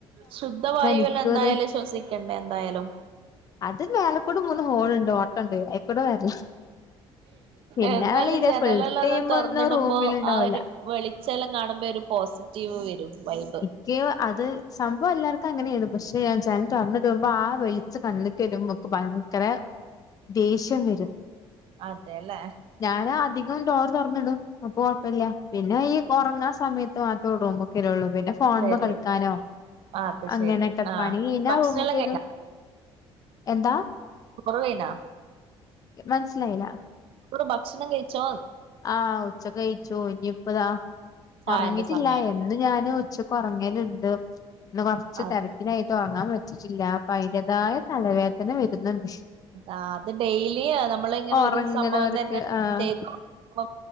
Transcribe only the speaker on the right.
ശുദ്ധവായുവല്ലെ
ന്തായാലും ശ്വസിക്കണ്ടേ എന്തായാലും
എന്നാലും
ജനലെല്ലാം
ഒന്നു തുറന്നിടുമ്പോ
ആ ഒരു.. വെളിച്ചെല്ലാംകാണുമ്പോ ഒരു പോസിറ്റീവ് വരും. വൈബ്
അതെല്ലേ
വരും
അത്
ശരി ആഹ്
ഭക്ഷണം എല്ലാം കഴിഞ്ഞാ
ഓർമ്മയുണ്ടോ
ഭക്ഷണം കഴിച്ചോന്ന്
ചായന്റെ
സമയാ
അതെ
ആ അത്ത് ഡെയിലി നമ്മളിങ്ങനെ
ഒരു സംഭവം തന്നെ
ചെയ്തു ഇപ്പം,